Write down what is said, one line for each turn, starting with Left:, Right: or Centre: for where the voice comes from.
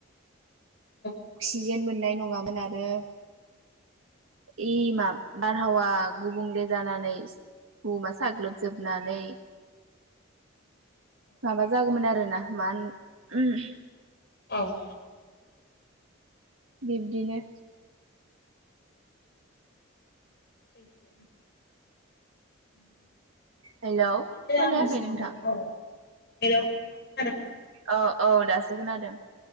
Left: औ
Right: अक्सिजेन मोननाय नङामोन आरो यै माब बारहावा गुबुंले जानानै बुहुमाव सागलोब जोब नानै माबा जागौमोन आरोना मानो उम
Left: औ
Right: दिबदिनो
Left: सैथो <inaudible>
Right: हेलौ
Left: बेनिखायनो
Right: खोनायाखै
Left: आं सानो
Right: नोंथां
Left: औ। हेलौ नोंथां खोनादों ना?
Right: ओ औ दा सो खोनादों।